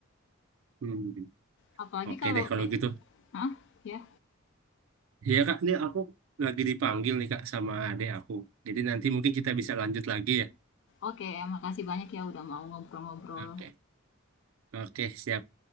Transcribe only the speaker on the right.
Hmm.
Oke
deh kalau
gitu.
Iya Kak, ini aku lagi dipanggil nih Kak sama adek aku. Jadi nanti mungkin kita bisa lanjut lagi ya.
Oke. Oke, siap.